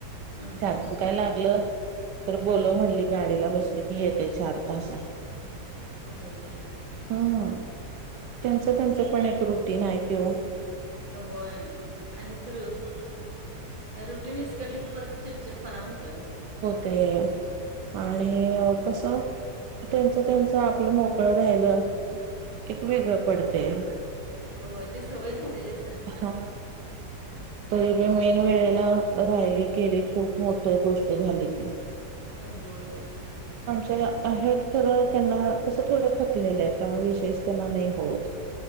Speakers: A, on the right; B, on the right.
A: हम्
B: त्या अजून काय लाग <unintelligible> तर बोलोवं म्हणली गाडीला बसली की येतय चार तासात.
A: होय क्या?
B: ह त्यांचं, त्यांचं पण एक रूप ती नाहीत कि वो.
A: होय आणि खर <inaudible> ऍरो पीन विक्स्टल की परत चिडचिडपणा होतोय.
B: ते आणि कस त्यांच, त्यांच आपलं मोकळं राहिलं कि वेगळं पडतय.
A: होय ते सवय झालेली असं
B: हा तू <unintelligible> वेळेला राहिली गेली खूप मोठ गोष्ट झाली ती.
A: होय, होय.
B: त्या आहेत खर त्यांना तस थोड थकलेल्या आहेत. विशेष त्यांना नाही होत.